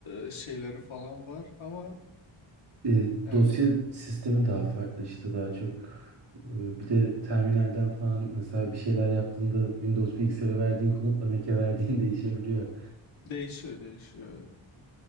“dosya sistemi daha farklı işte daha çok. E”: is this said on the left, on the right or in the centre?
Right